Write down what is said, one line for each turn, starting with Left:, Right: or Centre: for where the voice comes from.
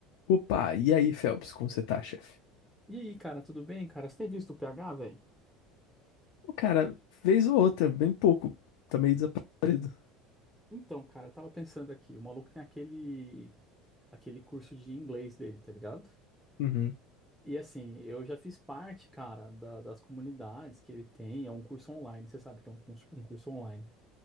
Left: Opa, e aí, Phelps, como você tá, chefe?
Centre: E aí, cara, tudo bem, cara? Você tem visto o PH, velho?
Left: O Cara, vez ou outra, bem pouco. Tá meio desaparecido.
Centre: Então, cara, eu tava pensando aqui, o maluco tem aquele aquele curso de inglês dele, tá ligado?
Left: Uhum,
Centre: E assim, eu já fiz parte, cara, da- das comunidades que ele tem, é um curso online, você sabe que é um curso, um curso online.